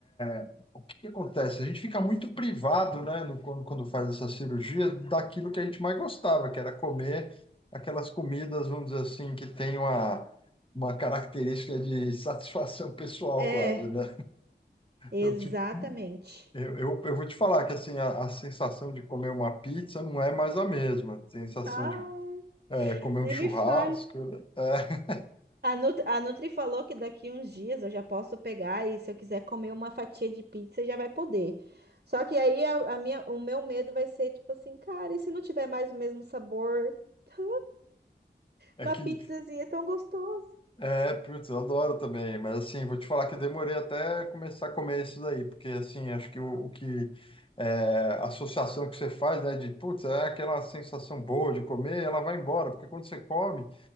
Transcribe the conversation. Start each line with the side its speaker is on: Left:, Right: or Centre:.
Left: é, o que que acontece? A gente fica muito privado, né, no- quando, quando faz essa cirurgia, daquilo que a gente mais gostava, que era comer aquelas comidas, vamos dizer assim, que tem uma, uma característica de satisfação pessoal
Right: É,
Left: quase, né?
Right: exatamente.
Left: Eu, te- eu, eu, eu vou te falar que, assim, a, a sensação de comer uma pizza não é mais a mesma. A sensação
Right: Ah,
Left: de é, comer
Right: nem
Left: um churrasco,
Right: me fale.
Left: é,
Right: A Nut- a Nutri falou que daqui uns dias eu já posso pegar e se eu quiser comer uma fatia de pizza já vai poder. Só que aí a, a minha, o meu medo vai ser tipo assim, cara, e se não tiver mais o mesmo sabor? <gasps>
Left: é
Right: Uma
Left: que
Right: pizzazinha é tão gostosa.
Left: É, putz, eu adoro também, mas assim, vou te falar que eu demorei até começar a comer isso daí, porque assim, acho que o, o que é, a associação que você faz, né, de putz, é aquela sensação boa de comer, ela vai embora, porque quando você come,